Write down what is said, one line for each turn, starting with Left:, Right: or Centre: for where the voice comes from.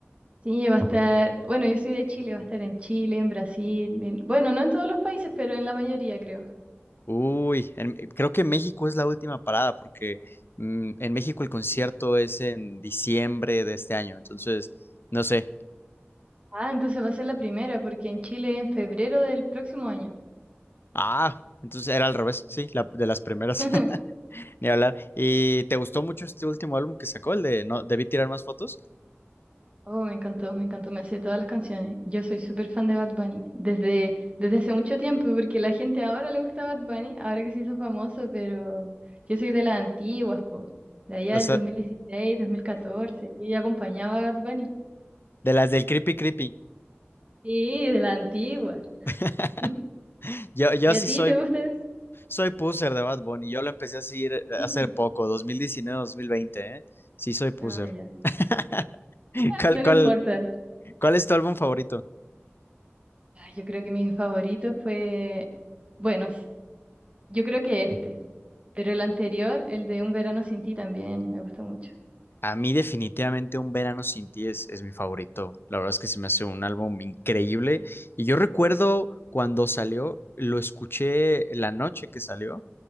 Right: Sí, va a estar, bueno, yo soy de Chile, va a estar en Chile, en Brasil, en- bueno, no en todos los países, pero en la mayoría creo.
Left: Uy, en- creo que México es la última parada porque mm, en México el concierto es en diciembre de este año, entonces no sé.
Right: Ah, entonces va a ser la primera, porque en Chile en febrero del próximo año.
Left: Ah, entonces era al revés, sí, la- de las primeras,
Right: <laughs>
Left: <laughs> ni hablar. ¿Y te gustó mucho este último álbum que sacó, el de No, debí tirar más fotos?
Right: Oh, me encantó, me encantó, me sé todas las canciones. Yo soy súper fan de Bad Bunny desde, desde hace mucho tiempo, porque la gente ahora le gusta Bad Bunny, ahora que se hizo famoso, pero yo soy de las antiguas, po, de allá
Left: O
Right: del
Left: sea,
Right: 2016, 2014, yo ya acompañaba a Bad Bunny.
Left: de las del Creepy Creepy.
Right: Sí, de las antiguas.
Left: <laughs>
Right: <laughs>
Left: Yo, yo
Right: ¿Y
Left: sí
Right: a ti
Left: soy,
Right: te gusta?
Left: soy puser de Bad Bunny, yo lo empecé a seguir eh,
Right: <laughs>
Left: hace poco, 2019, 2020, ¿eh? Sí soy puser.
Right: Ah, ya.
Left: <laughs>
Right: Ah,
Left: ¿Cuál,
Right: Pero
Left: cuál,
Right: no importa.
Left: cuál es tu álbum favorito?
Right: Ah, Yo creo que mi favorito fue, bueno, s- yo creo que este, pero el anterior, el de Un verano sin ti también, me gusta mucho.
Left: A mí definitivamente Un Verano Sin Ti es, es mi favorito. La verdad es que se me hace un álbum increíble. Y yo recuerdo cuando salió, lo escuché la noche que salió